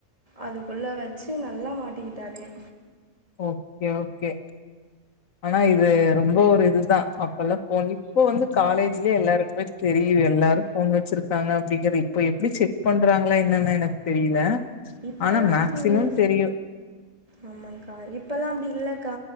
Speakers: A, on the right; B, on the left.
A: அதுக்குள்ள வச்சு நல்லா மாட்டிக்கிட்டாளுங்க
B: ஓகே ஓகே ஆனா இது ரொம்ப ஒரு இதுதா இப்பெல்லா போன் இப்ப வந்து காலேஜ்லே எல்லாருக்குமே செரி எல்லாரு போன் வச்சிருக்காங்க அப்டிங்குற இப்ப எப்படி செக் பண்றாங்களா என்னனு எனக்கு தெரில
A: இப்பல்லா
B: ஆனா மேக்சிமம்
A: அப்டி இல்ல
B: தெரியு
A: ஆமாக்கா இப்பல்லா அப்டி இல்லக்கா